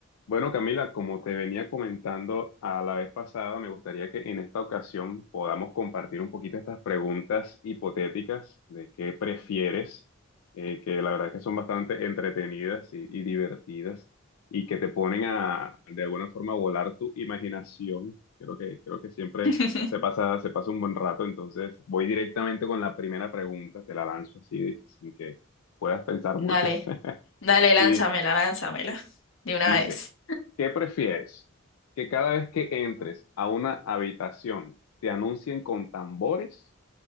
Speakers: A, on the left; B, on the left.
A: Bueno, Camila, como te venía comentando a la vez pasada, me gustaría que en esta ocasión podamos compartir un poquito estas preguntas hipotéticas de qué prefieres, eh, que la verdad que son bastante entretenidas y, y divertidas y que te ponen a, de alguna forma, a volar tu imaginación. Creo que, creo que siempre
B: <laughs>
A: se pasa, se pasa un buen rato, entonces voy directamente con la primera pregunta, te la lanzo así sin que puedas pensar
B: Dale,
A: mucho. <laughs>
B: dale, lánzamela,
A: Y
B: lánzamela, de
A: Dice,
B: una vez.
A: ¿qué prefieres? ¿Que cada vez que entres a una habitación te anuncien con tambores